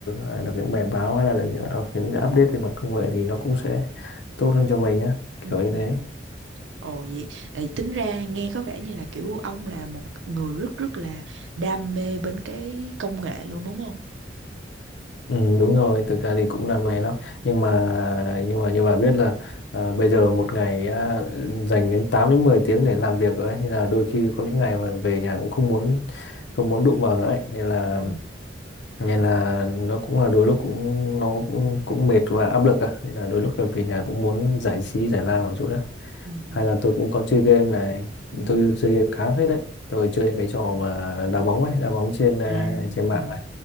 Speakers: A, on the left; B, on the right.
A: ờ, đọc
B: ừ
A: những bài báo hay là đọc những đọc những cái update về mặt công nghệ thì nó cũng sẽ tốt hơn cho mình á kiểu
B: ừ
A: như
B: ừ
A: thế
B: Ừ. Ồ vậy, vậy tính ra nghe có vẻ như là kiểu ông là một người rất rất là đam mê bên cái công nghệ luôn đúng không?
A: Ừ, đúng rồi thực ra thì cũng đam mê lắm nhưng mà nhưng mà như bà biết là à, bây giờ một ngày à, dành đến 8 đến 10 tiếng để làm việc rồi ấy. Nên là đôi khi có những ngày mà về nhà cũng không muốn không muốn đụng vào nữa ấy. Nên là
B: Ừ,
A: nên là nó cũng là đôi lúc cũng nó cũng, cũng mệt và áp lực á. Nên là đôi lúc là về nhà cũng muốn giải trí giải lao một chút đó
B: ừ, ừ,
A: hay là tôi cũng có chơi game này
B: ừ.
A: tôi chơi game khá phết đấy tôi chơi cái trò mà đá bóng ấy đá bóng trên à,
B: À.
A: trên mạng ấy